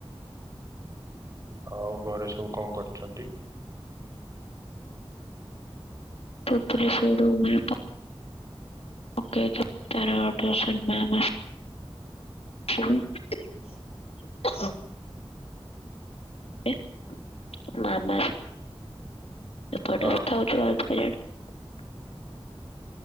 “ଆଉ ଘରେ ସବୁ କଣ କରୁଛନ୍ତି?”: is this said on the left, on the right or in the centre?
Right